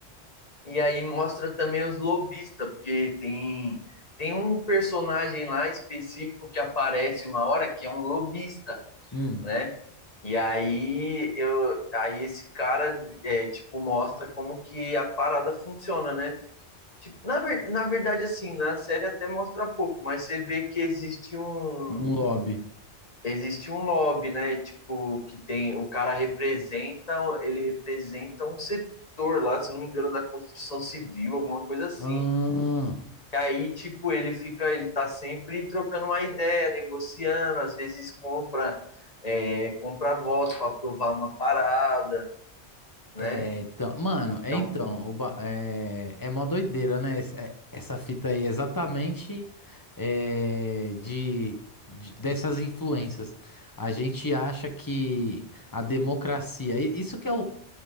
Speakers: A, on the left; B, on the left.
A: E aí mostra também os lobistas, porque tem tem um personagem lá específico que aparece uma hora que é um lobista,
B: hum,
A: né? E aí eu, aí esse cara é, tipo mostra como que a parada funciona, né? Tipo, na, ver, na verdade assim, na série até mostra pouco, mas você vê que existe um
B: um lobby.
A: existe um lobby, né? Tipo que tem o cara representa, ele representa um setor lá, se não me engano, da construção civil, alguma coisa assim.
B: Ah,
A: E aí tipo ele fica, ele tá sempre trocando uma ideia, negociando, às vezes compra é, comprar voto para aprovar uma parada né?
B: é, então, mano, é
A: Então,
B: então, o ba- é, é mó doideira, né? Essa, é- essa fita aí, exatamente é, de, de- dessas influências. A gente acha que a democracia, e- isso que é o,